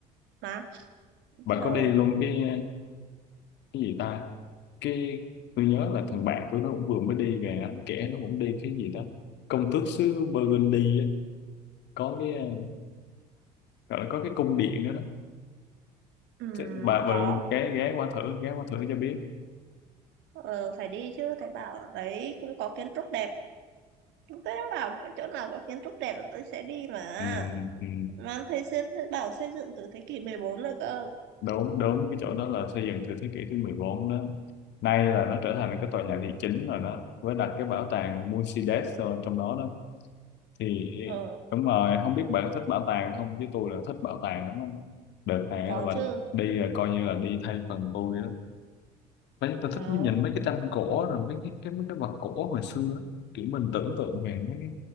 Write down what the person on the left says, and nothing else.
bạn
có đi luôn cái cái gì ta cái tôi nhớ là thằng bạn tôi nó cũng vừa mới đi về nó kể nó cũng đi cái gì đó công tước xứ Burgundy á. có cái ờ, gọi là có cái cung điện đó đó
Chứ bà
bà ghé ghé qua thử ghé qua thử cho biết
ừ, ừ,
đúng đúng cái chỗ đó là xây dựng từ thế kỷ thứ 14 đó nay là nó trở thành cái tòa nhà thị chính rồi đó với đặt cái bảo tàng Mercedes ờ, trong đó đó thì
đúng rồi không biết bạn thích bảo tàng không chứ tôi là thích bảo tàng lắm á. đợt này
là bạn
đi là coi như là đi thay phần tôi đó Đấy, tôi
thích nhìn mấy cái tranh cổ rồi mấy cái, cái mấy cái vật cổ hồi xưa á. kiểu mình tưởng tượng về mấy cái